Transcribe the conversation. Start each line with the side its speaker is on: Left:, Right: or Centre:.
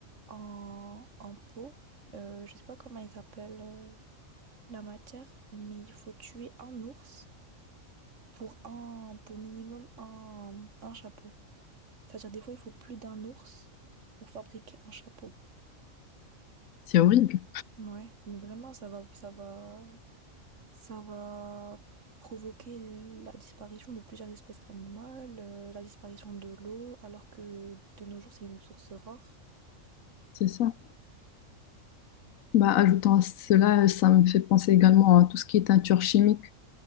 Right: en, en peau, euh, je sais pas comment ils appellent euh, la matière, mais il faut tuer un ours pour un, pour minimum un, un chapeau. C'est-à-dire des fois il faut plus d'un ours pour fabriquer un chapeau.
Left: c'est horrible.
Right: Ouais, mais vraiment ça va, ça va. Ça va provoquer la disparition de plusieurs espèces animales, euh, la disparition de l'eau, alors que de nos jours, c'est une source rare.
Left: C'est ça. Bah, ajoutant à cela, ça me fait penser également à tout ce qui est teinture chimique.